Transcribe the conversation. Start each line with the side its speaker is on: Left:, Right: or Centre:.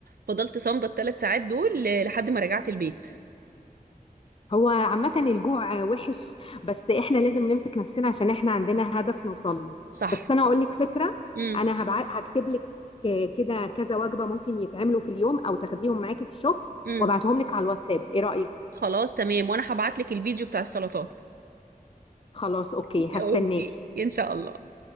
Right: فضلت صامده الثلاث ساعات دول ل- لحد ما رجعت البيت
Left: هو عامة الجوع وحش بس احنا لازم نمسك نفسنا عشان احنا عندنا هدف نوصل له
Right: صح
Left: بس انا اقول لك فكرة
Right: امم
Left: انا هبعت هكتب لك كده كذا وجبة ممكن يتعملوا في اليوم او تاخديهم معاكي في الشغل
Right: امم
Left: وابعتهم لك على الواتساب ايه رأيك؟
Right: خلاص تمام وانا هبعت لك الفيديو بتاع السلطات
Left: خلاص اوكي
Right: <laughs>
Left: هستناكي
Right: اوكي ان شاء الله